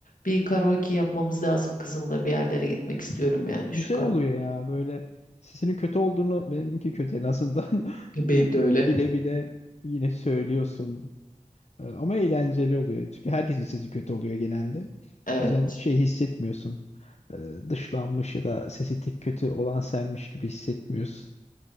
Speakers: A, on the left; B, on the left.
A: bir karaoke yapmamız lazım kızımla bir yerlere gitmek istiyorum yani
B: güzel
A: şu karaoke.
B: oluyor ya. Böyle sesinin kötü olduğunu benimki kötü en azından <laughs>
A: Benim de öyle.
B: bile bile yine söylüyorsun. Ee, Ama eğlenceli oluyor. Çünkü herkesin sesi kötü oluyor genelde.
A: Evet.
B: O yüzden şey hissetmiyorsun. Ee, Dışlanmış ya da sesi tek kötü olan senmiş gibi hissetmiyorsun.